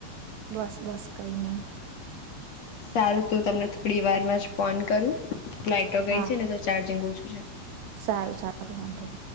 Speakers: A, on the right (about 80°); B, on the left (about 50°).
A: બસ બસ કઈ નહી
B: સારું તો તમને થોડી વારમાં જ ફોન કરું લાઈટો ગઈ
A: હા
B: છે ને તો ચાર્જિંગ ઓછું છે
A: સારું સારું વાંધો નહી.